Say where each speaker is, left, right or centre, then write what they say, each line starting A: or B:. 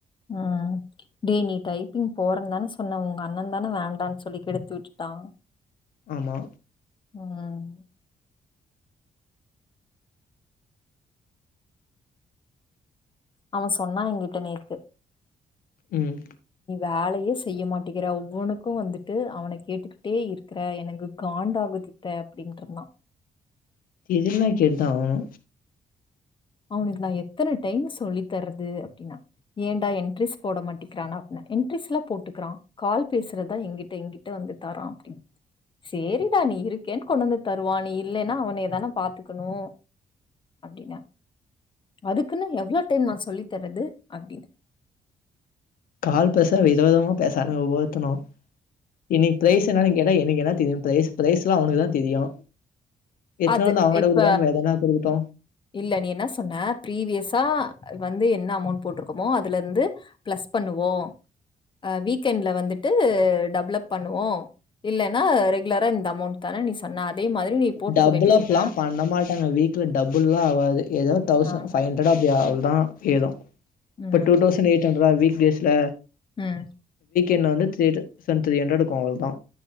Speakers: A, on the left; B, on the left.
A: ம் டே நீ டைப்பிங் போறன்தான சொன்ன உங்க அண்ணன்தான வேண்டான் சொல்லி கெடுத்து விட்டுட் டா
B: ஆமா
A: ம் அவன் சொன்னா என்கிட்ட நேத்து
B: ம்
A: வேலயே செய்ய மாட்டிக்கிறா ஒவ்வொன்னுக்கு வந்துட்டு அவன கேட்டுக்கிட்டே இருக்கிற எனக்கு காண்டாகுது த்த அப்டின்டுருந்தான்
B: இதெல்லா கேட்டுதா ஆவனு
A: அவனுக்கு நா எத்தன டைம் சொல்லித் தர்றது அப்டின்னா ஏன்டா என்ட்ரிஸ் போட மாட்டிக்கிறானா அப்ன என்ட்ரீஸ்ல்லா போட்டுக்குறா கால் பேசுறதா எங்கிட்ட எங்கிட்ட வந் து தரா அப்டி சேரிடா நீ இருக்கேன் கொண்டு வந்து தருவா நீ இல்லைன்னா அவனே தான பாத்துக்கணு அப்டின்னா அதுக்குன்னு எவ்ள டைம் நா சொல்லி தர்றது அப்டின்னு
B: கால் பேச வித விதமா பேசானுங்க ஓவ்வொத்தணு இன்னிக்கு ப்ரைஸ் என்னன் கேட்டா எனக்கு என்ன தெரியு ப்ரைஸ் ப்ரைஸ்லா அவனுக்குதா தெரியு எத்தன
A: அது
B: வந்து அவங்கட
A: இப்ப
B: குடுக்காம வேதனா குடுக்கட்டு
A: இல்ல நீ என்ன சொன்ன பீவியஸா வந்து என் என்ன அமௌண்ட் போட்டிருக்கோமோ அதுலருந்து பிளஸ் பண்ணுவோ ஆ வீக்கெண்ட்ல வந்துட்டு டெவலப் பண்ணுவோ இல்லன்னா ரெகுலரா இந்த அமௌண்ட் தானே நீ சொன்ன அதே மாரி நீ போட்டுக்க
B: டபுள்லப்லா
A: வேண்டியதான
B: பண்ண மாட்டாங்க வீட்ல டபுள்ல்லா ஆகாது ஏதோ தௌசண்ட்
A: ஆ
B: பைவ் ஹண்டரட் அப்டி ஆவ் தா ஏது
A: ம்
B: இப்ப டூ தௌசண்ட் ஏய்ட் ஹண்ரடா வீக்டேஸ்ல
A: ம்
B: என்ன வந்து தே <unintelligible> த்ரி ஹண்ரக்கு வாங்குனதா